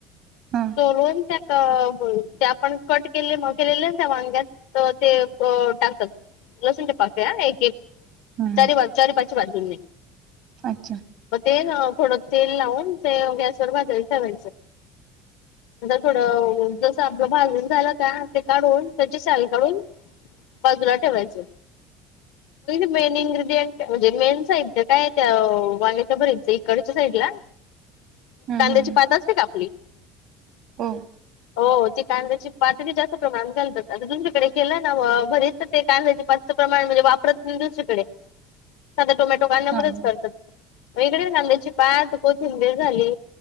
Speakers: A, on the right; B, on the left.
A: हां
B: सोलून त्या तर हो ते आपण कट केले केलेले त्या वांग्यात तर ते टाकत. लसूणच्या पएक एक
A: हं हं
B: चारी चार पाच बाजून
A: अच्छा
B: मग ते थोडं तेल लावून ते गॅसवरर थोडं जस आपलं भागून झालं का, काढून त्याची सल काढून बाजूला ठेवायच मेन इन्ग्रेडियंट म्हणजे मेन साईड काय त्या भरीच इकडच्या साईड ला
A: हं
B: कांद्याची
A: हं हं
B: पात असते का आपली,
A: हो
B: हो ती कांद्याची पात जास्त प्रमाणात घालतात दुसरीकडे केलं ना भरीत ते कांद्याची पाच प्रमाण म्हणजे वापरत नाही दुसरीकडे, आ टोमॅटो काढण्यामध्येच
A: हां हां
B: करतात मग इकडे कांदाायची पात कोथिंबीर झाली